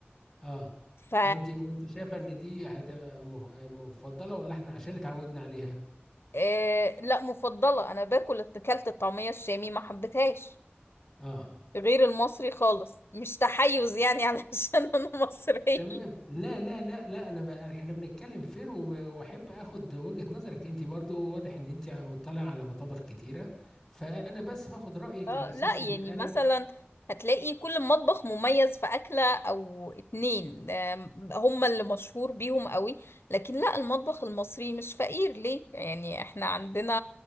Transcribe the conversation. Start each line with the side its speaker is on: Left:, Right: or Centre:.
Centre: اه
Left: ف
Centre: وانت وانت شايفه ان دي هتبقى مف- مفضله ولا احنا عشان اتعودنا عليها
Left: آه، لا مفضله انا باكل اكلت الطعميه الشامي ما حبيتهاش
Centre: اه
Left: غير المصري خالص مش تحيز يعني <laughs> علشان انا مصرية
Centre: تمام لا لا لا لا انا بقى احنا بنتكلم فير وب- واحب اخد وجهه نظرك انت برضو واضح ان انت مطلع على مطابخ كتيره فانا بس باخد رايك
Left: اه
Centre: على اساس
Left: لا يعني
Centre: ان انا
Left: مثلا هتلاقي كل مطبخ مميز في أكلة أو اتنين آم، هم اللي مشهور بيهم قوي لكن لا المطبخ المصري مش فقير ليه يعني احنا عندنا